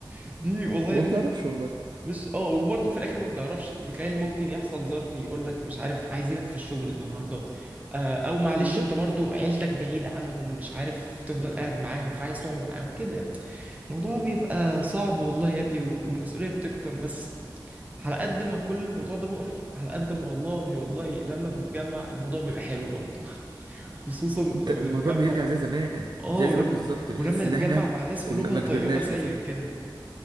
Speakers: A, on the right; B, on the right.
A: <laughs> دي والله
B: وما
A: يا ابني
B: بنعرفش والله
A: مش اه وبرضه في الاخر ما بتعرفش انت متخيل ممكن يحصل ظرف يقول لك مش عارف عايزينك في الشغل النهارده آه او معلش
B: بالظبط
A: انت برضه عيلتك بعيد عنهم مش عارف تفضل قاعد معاهم فعايز تقعد معاهم كده يعني الموضوع بيبقى صعب والله يا ابني والمسؤوليه بتكتر بس على قد ما كل الموضوع ده مقرف على قد ما والله والله لما بنتجمع الموضوع بيبقى حلو برضه <laughs> خصوصا لما
B: انت الموضوع
A: بنتجمع
B: بيرجع زي زمان
A: اه
B: زي
A: ولما
B: زمان بالظبط بتحس
A: ولما
B: ان
A: نتجمع
B: احنا
A: مع ناس قلوبها
B: ما ما
A: طيبه
B: كبرناش
A: زيك
B: مثلا
A: كده